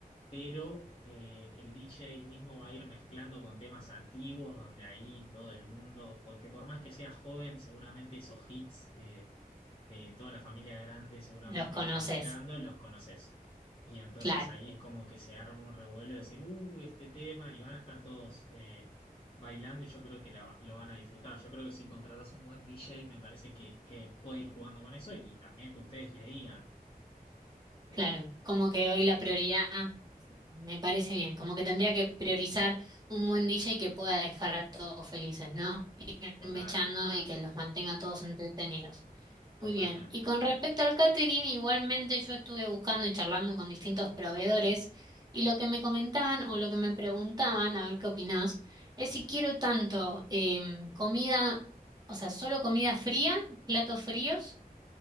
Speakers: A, on the left; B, on the right.
A: pero eh, el DJ mismo va a ir mezclando con temas antiguos, donde ahí todo el mundo, porque por más que sea joven, seguramente esos hits eh, que toda la familia grande seguramente
B: Los conoces,
A: está esperando, los conoces. Y entonces
B: claro,
A: ahí es como que se arma un revuelo de decir, uh, este tema, y van a estar todos eh, bailando, y yo creo que la- lo van a disfrutar. Yo creo que si contratas un buen DJ, me parece que, que puede ir jugando con eso, y también que ustedes le digan esto,
B: claro. Como que hoy la prioridad Me parece bien, como que tendría que priorizar un buen DJ que pueda dejar a todos felices, ¿no? Irme
A: total,
B: echando y que los mantenga a todos entretenidos.
A: totalmente.
B: Muy bien, y con respecto al catering, igualmente yo estuve buscando y charlando con distintos proveedores y lo que me comentaban o lo que me preguntaban, a ver qué opinás, es si quiero tanto em, comida, o sea, solo comida fría, platos fríos